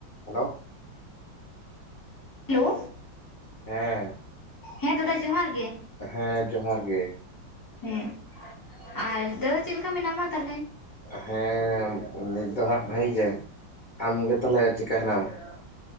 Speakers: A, on the left (about 80°); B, on the left (about 20°).
A: Hello
B: hello
A: ᱦᱮᱸ
B: ᱦᱮᱸ ᱫᱟᱫᱟ ᱡᱚᱦᱟᱨ ᱜᱮ᱾
A: ᱦᱮᱸ ᱡᱚᱦᱟᱨ ᱜᱮ
B: ᱦᱮᱸ ᱟᱨ ᱫᱚ ᱪᱮᱫ ᱞᱮᱠᱟ ᱢᱮᱱᱟᱢᱟ ᱛᱟᱦᱚᱞᱮ?
A: ᱦᱮᱸ ᱱᱤᱛ ᱫᱚ ᱦᱟᱸᱜ ᱵᱷᱟᱹᱜᱤ ᱜᱮ, ᱟᱢ ᱜᱮ ᱛᱟᱦᱚᱞᱮ ᱪᱮᱫᱠᱟ ᱦᱮᱱᱟᱢᱟ ᱾